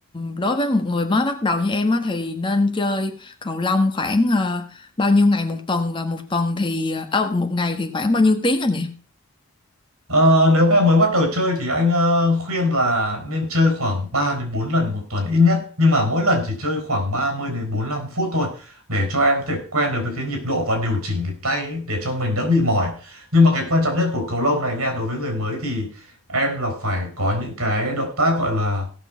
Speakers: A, on the left (about 20°); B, on the right (about 80°).
A: đối với một người mới bắt đầu như em á thì nên chơi cầu lông khoảng ờ, bao nhiêu ngày một tuần và một tuần thì ờ, ờ, một ngày thì khoảng bao nhiêu tiếng anh nhỉ?
B: Ờ, nếu mà mới bắt đầu chơi thì anh ờ, khuyên là nên chơi khoảng 3 đến 4 lần một tuần ít nhất nhưng mà mỗi lần chỉ chơi khoảng 30 đến bốn lăm phút thôi để cho em có thể quen được với cái nhịp độ và điều chỉnh cái tay ấy để cho mình đỡ bị mỏi. Nhưng mà cái quan trọng nhất của cầu lông này nha, đối với người mới thì em là phải có những cái động tác gọi là